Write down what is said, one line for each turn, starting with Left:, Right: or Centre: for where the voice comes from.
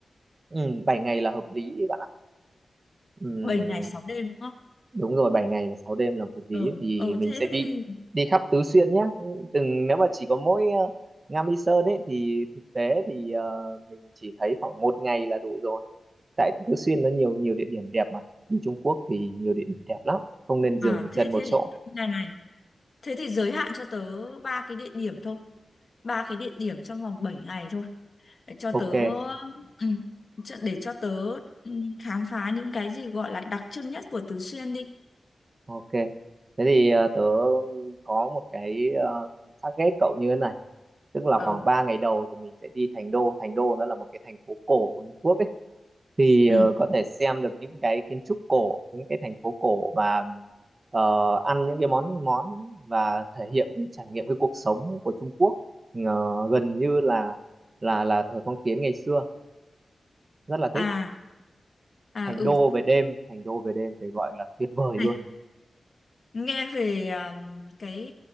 Right: Ừ, 7 ngày là hợp lý bạn ạ Ừm,
Left: bảy ngày 6 đêm đúng không?
Right: đúng rồi 7 ngày 6 đêm làm hợp lý
Left: Ừ,
Right: thì
Left: ừ
Right: mình
Left: thế
Right: sẽ đi
Left: thì
Right: đi khắp tứ xuyên nhé từng nếu mà chỉ có mỗi ờ, Nga Mi Sơn ấy thì thực tế thì ờ, mình chỉ thấy khoảng một ngày là đủ rồi tại tứ xuyên nó nhiều nhiều địa điểm đẹp mà đi Trung Quốc thì nhiều địa điểm đẹp lắm không nên
Left: à
Right: dừng chân
Left: thế
Right: một
Left: thế
Right: chỗ
Left: này này, thế thì giới hạn cho tớ ba cái địa điểm thôi. Ba cái địa điểm trong vòng 7 ngày thôi. để cho
Right: ok
Left: tớ ừ, cho- để cho tớ ừ, khám phá những cái gì gọi là đặc trưng nhất của Tứ Xuyên đi
Right: ok thế thì ờ, tớ có một cái ờ, target cậu như thế này tức là
Left: ờ
Right: khoảng 3 ngày đầu thì mình sẽ đi Thành Đô Thành Đô nó là một cái thành phố cổ của Trung Quốc ấy thì ờ,
Left: ừ
Right: có thể xem được những cái kiến trúc cổ những cái thành phố cổ và ờ, ăn những cái món món và thể hiện cái trải nghiệm cái cuộc sống của Trung Quốc ờ, gần như là là là thời phong kiến ngày xưa rất là
Left: à
Right: thích
Left: à
Right: thành
Left: ừ
Right: đô về đêm thành đô về đêm phải gọi là tuyệt vời
Left: này
Right: luôn
Left: nghe về à, cái